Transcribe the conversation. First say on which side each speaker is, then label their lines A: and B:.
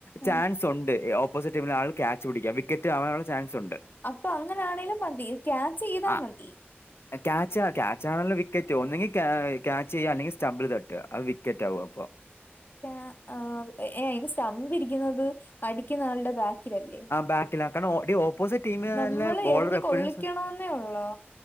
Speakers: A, on the left; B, on the left.
A: ചാൻസ്
B: ആഹ്
A: ഒണ്ട് ഓപ്പോസിറ്റ് ടീമിൽ ആൾ ക്യാച്ച് പിടിക്കാം വിക്കറ്റ് ആവാനുള്ള ചാൻസ് ഒണ്ട്
B: അപ്പൊ അങ്ങനാണേലും മതി ക്യാച്ചെയ്താ
A: ആ
B: മതി
A: ക്യാച്ച് ക്യാച്ച് ആണല്ലോ വിക്കറ്റ് ഒന്നെങ്കിൽ ക്യാ ച്ച് ചെയ്യാ അല്ലെങ്കിൽ സ്റ്റംബിൾ തട്ട അത് വിക്കറ്റ് ആവും അപ്പൊ
B: ക്യാ ആഹ് ഏഹ് അതിന് സ്റ്റമ്പിരിക്കുന്നത് അടിക്കുന്ന ആളുടെ ബാക്കിലല്ലേ
A: ബാക്കില കാരണം ടി ഓപ്പോസിറ്റ് ടീമ്
B: നമ്മള്
A: നല്ല ബോളർ
B: എറിഞ്ഞ്
A: എപ്പൊഴും
B: കൊള്ളിക്കണോന്നേ ഒള്ളോ